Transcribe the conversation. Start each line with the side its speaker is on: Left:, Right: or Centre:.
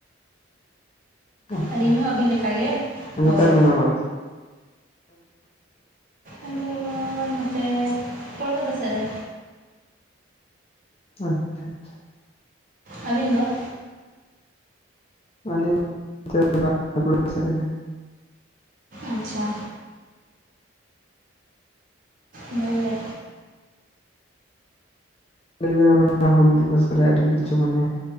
Left: ᱟᱪᱪᱷᱟ
Right: ᱟᱹᱞᱤᱧ ᱦᱚᱸ ᱟᱹᱵᱤᱱ ᱞᱮᱠᱟᱜᱮ
Left: ᱟᱫᱚ
Right: ᱦᱳᱭ
Left: ᱚᱠᱟ ᱨᱮᱵᱤᱱ ᱚᱞᱚᱜ ᱛᱮ
Right: ᱤᱧ ᱫᱚ ᱱᱚᱛᱮ ᱠᱳᱞᱠᱟᱛᱟ ᱥᱮᱫ ᱨᱮ
Left: ᱟᱪᱪᱷᱟ ᱟᱪᱪᱷᱟ
Right: ᱟᱹᱵᱤᱱ ᱫᱚ
Left: ᱟᱞᱤᱧ ᱫᱚ ᱵᱟᱠᱩᱲᱟ ᱥᱮᱫ ᱨᱮᱜᱮ
Right: ᱟᱪᱪᱷᱟ ᱵᱷᱟᱜᱤ ᱜᱮ
Left: <unintelligible> ᱦᱩᱞ ᱫᱤᱵᱚᱥ ᱠᱚᱨᱮ ᱟᱹᱰᱤ ᱠᱤᱪᱩ ᱢᱟᱱᱮ